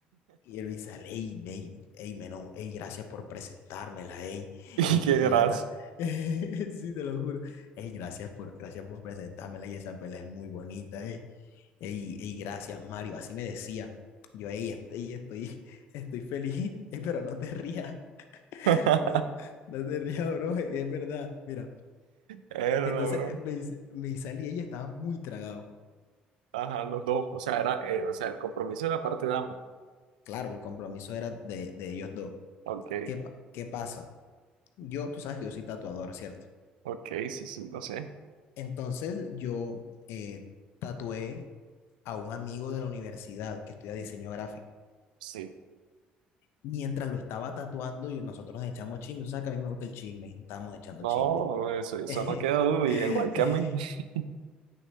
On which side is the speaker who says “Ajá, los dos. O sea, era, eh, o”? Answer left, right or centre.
Right